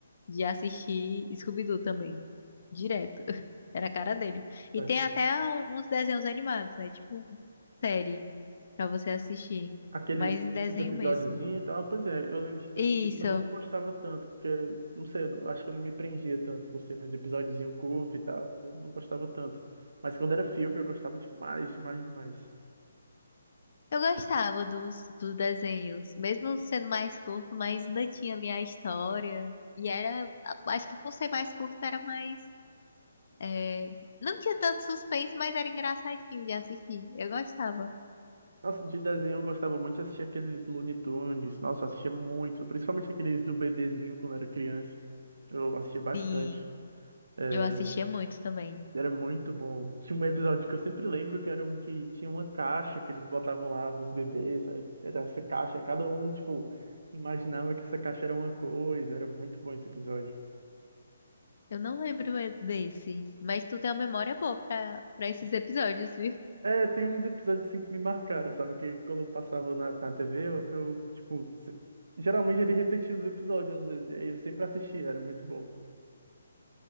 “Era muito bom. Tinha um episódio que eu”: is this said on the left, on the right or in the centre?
Right